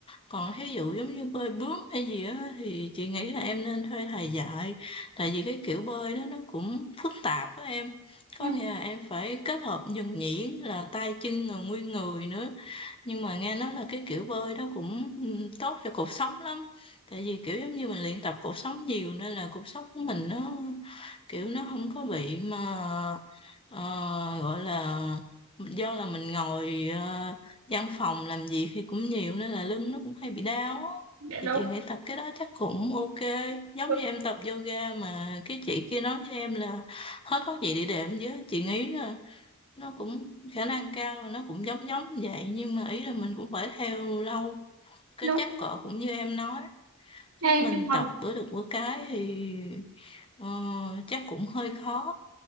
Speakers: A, on the left; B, on the right.
A: còn thí dụ giống như bơi bướm hay gì á thì chị nghĩ là em nên thuê thầy dạy tại vì cái kiểu bơi đó nó cũng phức tạp á em
B: Ừ,
A: có nghĩa là em phải kết hợp nhuần nhuyễn là tay chân rồi nguyên người nữa nhưng mà nghe nói là cái kiểu bơi đó cũng ừ, tốt cho cột sống lắm tại vì kiểu giống như mình luyện tập cột sống nhiều nên là cột sống của mình nó kiểu nó không có bị mà ờ, gọi là do là mình ngồi ờ, văn phòng làm việc thì cũng nhiều nên là lưng nó cũng hay bị đau á.
B: dạ đúng
A: thì chị nghĩ tập cái đó chắc cũng ok giống
B: đúng
A: như em tập yoga mà cái chị kia nói với em là hết thuốc gì để đệm chứ chị nghĩ là nó cũng khả năng cao là nó cũng giống giống như vậy nhưng mà ý là mình cũng phải theo lâu cái
B: đúng
A: chắc cỡ cũng như em nói chứ
B: Ê,
A: mình
B: nhưng mà
A: tập bữa được bữa cái thì ờ, chắc cũng hơi khó